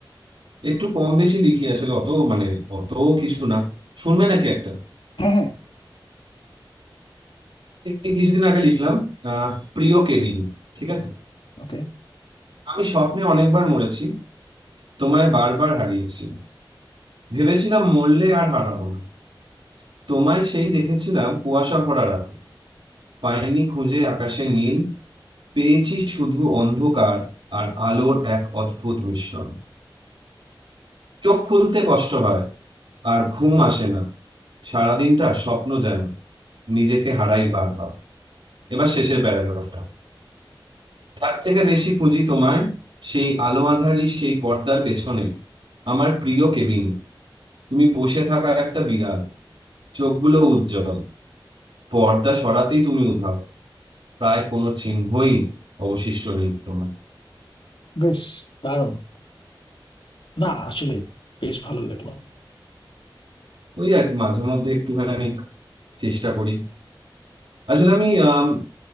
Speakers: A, on the right; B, on the left.
A: একটু কম বেশি লিখি আসলে অত মানে অত কিছু না শুনবে নাকি একটা
B: হ্যাঁ হ্যাঁ
A: এই কিছুদিন আগে লিখলাম আহ প্রিয় কেবিন ঠিক আছে
B: ওকে
A: আমি স্বপ্নে অনেকবার মরেছি তোমায় বারবার হারিয়েছি ভেবেছিলাম মরলে আর হারাবো না তোমায় সেই দেখেছিলাম কুয়াশা ভরা রাতে পাইনি খুঁজে আকাশে নীল পেয়েছি শুধু অন্ধকার আর আলোর এক অদ্ভুত মিশ্রণ চোখ খুলতে কষ্ট হয় আর ঘুম আসে না সারাদিনটা স্বপ্ন যেন নিজেকে হারাই বারবার এবার শেষের প্যারাগ্রাফটা তার থেকে বেশি খুঁজি তোমায় সেই আলো আঁধারি সেই পর্দার পেছনে আমার প্রিয় কেবিনে তুমি বসে থাকা একটা বিড়াল চোখগুলো উজ্জ্বল পর্দা সরাতেই তুমি উধাও প্রায় কোনো চিহ্নই অবশিষ্ট নেই তোমার
B: বেশ দারুণ না আসলে বেশ ভালো লাগলো
A: ওই আর কি মাঝে মধ্যে একটুখানি চেষ্টা করি আসলে আমি আম,